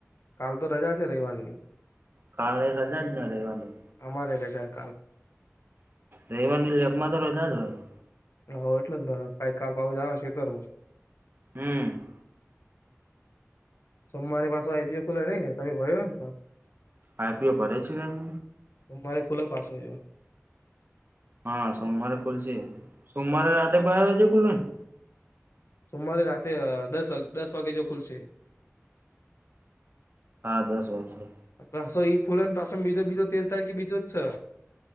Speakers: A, on the left; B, on the right.
A: કાાલ તો રજા છે રિવાનીની.
B: કારણણે સદા જ ન રહેવાની.
A: અમારે રજા કાલ.
B: રવવાની લેપમાં તો રજા જ હોય.
A: હ એટલે જ કઈ કાલ પાઉસ જવા છે તોરને.
B: હમ.
A: સોમવારે પાછો આ આવી દયો ખુલે નને તમે ભરયો તો
B: પાઈ પીયો પ છે એ હ
A: મારે કુલો પાસ હોયો
B: હા સોમવારે ખુલશે સોમવારે રાતે બાર વાજે ખુલવા ને
A: સોમવારે રાતે દસ દસ વાગે જો ખુલશે
B: હા દસ ઓ છેે
A: પાસો એઈ ખુલે ને પા બીજો બીજો તેર તારીખ બીજો જ છે